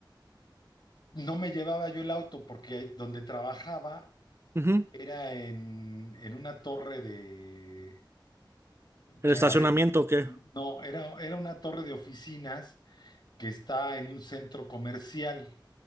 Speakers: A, on the left; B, on the right.
A: no me llevaba yo el auto, porque donde trabajaba
B: Ujú.
A: era en, en una torre de,
B: ¿El
A: que
B: estacionamiento
A: arri-
B: o qué?
A: no, era, era una torre de oficinas que está en un centro comercial.